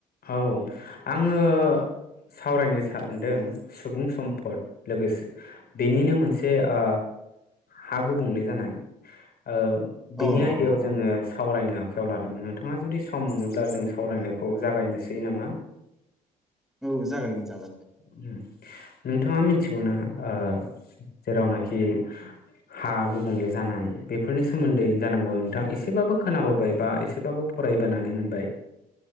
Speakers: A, on the left; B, in the centre.
A: औ आङो सावरायनो सानदों सुबुं सम्पद लोगोसे बेनिनो मोनसे ओ हा गुबुंले जानाय ओ बिनि
B: अ
A: आयदायाव
B: अ
A: जोङो
B: अ
A: सावरायनो आखायाव लादों नोंथाङा जुदि सम मोनोब्ला जों सावरायनायखौ जागायनोसै नामा
B: औ जागायगोन जागोन दे
A: ओम नोंथाङा मि मिथिगौना ओ जेरावनाखि हा गुबुंले जानाय बेफोरनि सोमोन्दै जानांगौ नोंथाङा एसेबाबो खोनाबोबाय बा एसेबाबो फरायबोनानै मोनबाय?